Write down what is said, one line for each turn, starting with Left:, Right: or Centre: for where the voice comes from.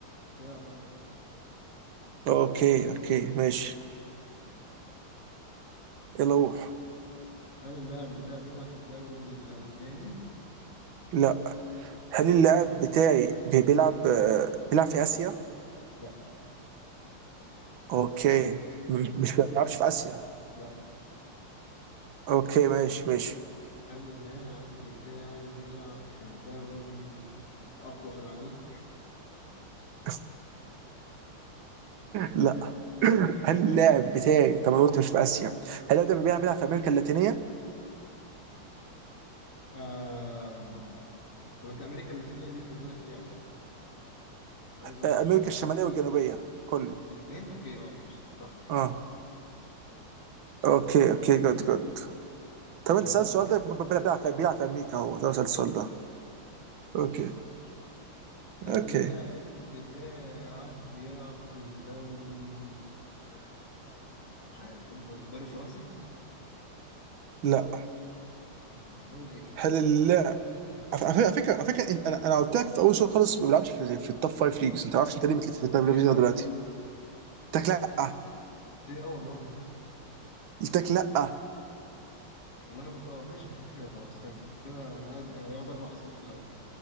Left: بيلعب بره اوروبا
Right: اوكي اوكي ماشي يلا روح
Left: هل اللاعب بتاعي بيلعب في الدوري الالماني
Right: لا هل اللاعب بتاعي بي- بيلعب آه، بيلعب في اسيا
Left: لا
Right: اوكي م- مش بيلعبش في اسيا
Left: لا مش
Right: اوكي ماشي ماشي
Left: هل اللاعب بتاعي بيلعب في الدوري الأقوى في العالم؟
Right: <laughs> لا هل اللاعب
Left: <laughs>
Right: بتاعي طب انا قلت مش في اسيا هل اللاعب ده بيلعب بيلعب في امريكا اللاتينيه
Left: آم... طب أنت أمريكا اللاتينية دي بالنسبة لك إيه عشان مش عايز أتوهك
Right: آه، امريكا الشماليه والجنوبيه كله
Left: الاتنين أوكي أه ماشي صح
Right: اه اوكي
Left: ماشي
Right: اوكي جود جود طب
Left: لا
Right: انت سالت السؤال ده ب- ب- بيلعب في بيلعب في امريكا هو ده سالت السؤال ده
Left: ماشي
Right: اوكي
Left: نشوف. هل
Right: اوكي
Left: اللاعب بتاعك بيلعب في الدوري ال... مش عارف إيه اللي فاضل الدوري الفرنسي؟
Right: لا
Left: لا فاضل إيه كده؟
Right: هل اللاعب
Left: فاضل تاني يعني
Right: على
Left: ماشي.
Right: فكره على فكره على فكرة إن- انا انا قلت لك في اول سؤال خالص ما بيلعبش في, في التوب فايف ليجز انت ما عارفش انت ليه بتلف في التوب
Left: قلت
Right: فايف
Left: لي
Right: ليجز لغاية
Left: أه
Right: دلوقتي قلت لك لا
Left: قلت لي أه والله
Right: قلت لك لا اه
Left: والله قلت أه ماشي مش مشكلة خلاص كم كده أنا قاعد أنا ضيعت أربع أسئلة في الهواء كده